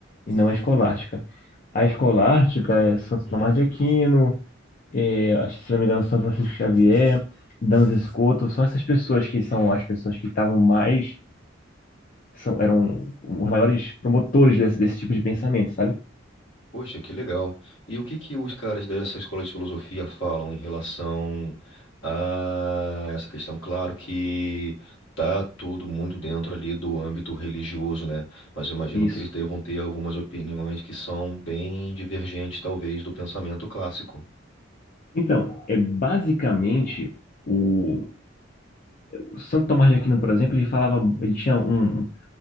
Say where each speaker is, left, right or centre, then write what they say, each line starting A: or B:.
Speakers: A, on the left; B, on the left.
A: e não a escolástica. A escolástica é Santo
B: Hum.
A: Tomás de Aquino, é, acho que, se não me engano, São Francisco Xavier, Danza Escoto, são essas pessoas que são as pessoas que estavam mais, são, eram os maiores promotores desse, desse tipo de pensamento, sabe?
B: Poxa, que legal. E o que que os caras dessa escola de filosofia falam em relação a essa questão? Claro que tá tudo muito dentro ali do âmbito religioso, né? Mas eu imagino
A: Isso.
B: que eles devam ter algumas opiniões que são bem divergentes, talvez, do pensamento clássico.
A: Então, é basicamente o, o Santo Tomás de Aquino, por exemplo, ele falava, ele tinha um,